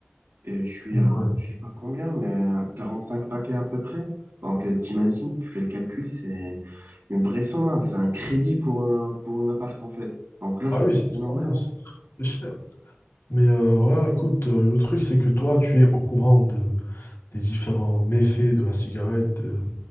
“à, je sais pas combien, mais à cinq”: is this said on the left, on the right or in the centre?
Right